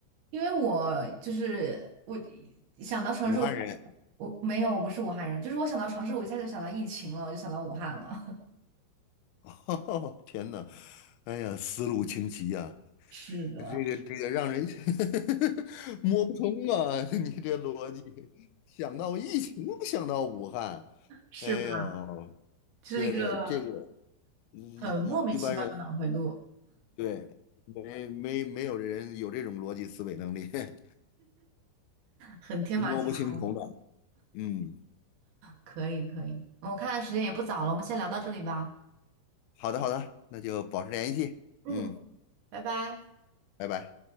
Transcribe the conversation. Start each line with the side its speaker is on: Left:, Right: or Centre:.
Right: 因为我就是我想到城市我，
Left: 武汉人，
Right: 我没有，我不是武汉人，就是我想到城市，我一下就想到疫情了，我就想到武汉了。
Left: <laughs> 天呐，哎呀，思路清奇呀、
Right: <laughs> 是的，
Left: 这个这个让人 <laughs> 摸不通啊！<laughs> 你这逻辑，想到疫情，想到武汉，
Right: 是吧？
Left: 哎呦，
Right: 这是一个
Left: 对这个一
Right: 很莫名其妙的脑回路，
Left: 一一般人对没没没有人有这种逻辑思维能力，<laughs> 对
Right: 很天马行空。
Left: 摸不清头脑。嗯，
Right: 可以，可以。嗯我看时间也不早了，我们先聊到这里吧，
Left: 好的好的，那就保持联系。
Right: 嗯，
Left: 嗯，
Right: 拜拜。
Left: 拜拜。